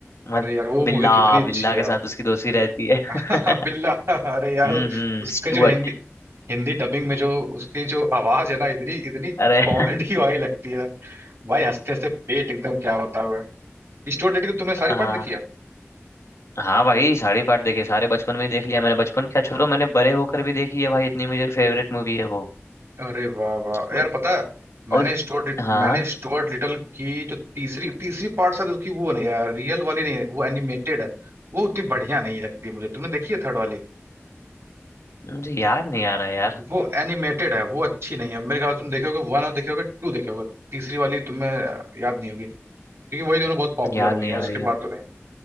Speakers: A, on the right (about 60°); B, on the left (about 75°).
A: अरे
B: मस्त
A: यार वो
B: बिल्ला
A: मूवी कितनी अच्छी
B: बिल्ला
A: है
B: के
A: यार
B: साथ उसकी दोस्ती रहती है <laughs>
A: <laughs> बिल्ला अरे यार
B: हम्म हम्म
A: उसका
B: स्टुअर्ट
A: जो हिंदी हिंदी डबिंग में जो उसकी जो आवाज है ना इतनी इतनी
B: अरे
A: कॉमेडी
B: <laughs>
A: वाली लगती है भाई हंसते हंसते पेट एकदम क्या बताओ है स्टुअर्ट लिटल की तुमने सारी
B: हाँ
A: पार्ट देखी है
B: हाँ भाई सारे पार्ट देखे सारे बचपन में ही देख लिया मैंने बचपन क्या छोड़ो मैंने बड़े होकर भी देखी है भाई इतनी मुझे फेवरेट मूवी है वो
A: अरे वाह वाह
B: अच्छा,
A: यार पता है
B: और
A: मैंने स्टुअर्ट
B: हाँ
A: मैंने स्टुअर्ट लिटल की जो तीसरी तीसरी पार्ट शायद उसकी वो नहीं यार रियल वाली नहीं है वो एनिमेटेड है वो उतनी बढ़िया नहीं लगती मुझे तुमने देखी है थर्ड वाली
B: मुझे याद नहीं आ रहा यार
A: वो एनिमेटेड है वो अच्छी नहीं है मेरे ख्याल से तुम देखोगे वन और देखोगे टू देखोगे तीसरी वाली तुम्हें अ, याद नहीं होगी क्योंकि वही दोनों बहुत पॉपुलर
B: याद
A: हुई
B: नहीं
A: है
B: आ
A: उसके
B: रही है
A: बाद तो नहीं